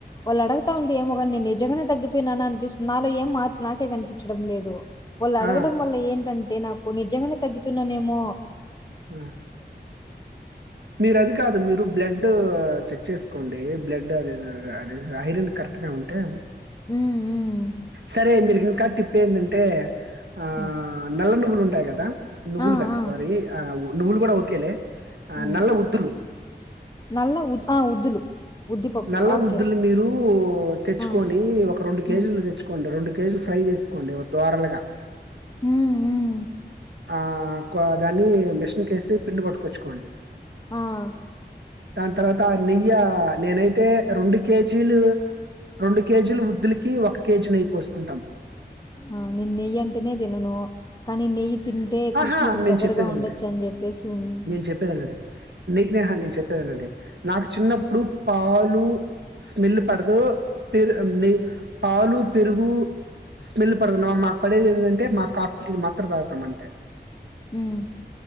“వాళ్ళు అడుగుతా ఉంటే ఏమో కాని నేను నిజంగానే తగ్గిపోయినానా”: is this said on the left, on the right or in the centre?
Left